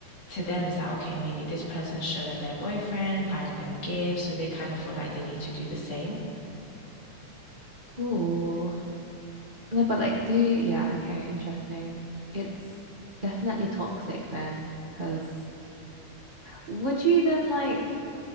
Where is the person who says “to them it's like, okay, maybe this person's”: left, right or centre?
Left